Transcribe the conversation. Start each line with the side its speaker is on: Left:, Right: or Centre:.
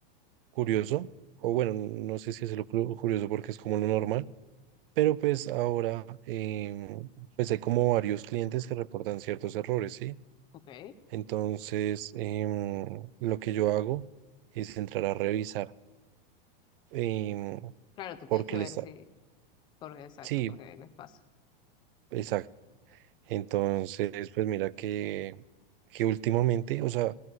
Right: curioso, o
Left: Ujú.
Right: bueno, no sé si es lo cu- curioso porque es como lo normal, pero pues ahora em, pues hay como varios clientes que reportan ciertos errores, ¿sí?
Left: Ok.
Right: Entonces, em, lo que yo hago es entrar a revisar. em,
Left: Claro, tú
Right: porque
Left: tienes que ver
Right: le está...
Left: si, porque exacto,
Right: Sí,
Left: porque les pasa.
Right: exacto. Entonces, pues mira que, que últimamente, o sea,